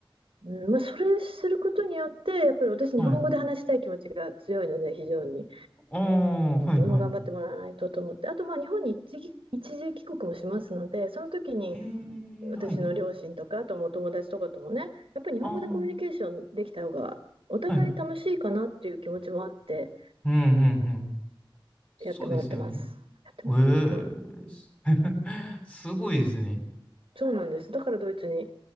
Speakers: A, on the right; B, on the left.
A: うん、まあ、それすることによって、やっぱり私、
B: はい。
A: 日本語で話したい気持ちが強いので、非常に、
B: ああ、はいはい。
A: もう頑張ってもらわないとと思って、あと、まあ、日本に一時、一時帰国もしますので、その時に
B: ええーはい。
A: 私の両親とか、あともうお友達とかともね、やっぱり日本語でコミュニケーションできた方が、
B: あ
A: お互い楽しいかなっていう気持ちもあって、
B: あ、はい。うんうんうん。そうですよね。
A: やってもらってます。やってもらってる。
B: ええーす
A: うん。
B: <laughs> すごいですね。
A: そうなんです。だからドイツに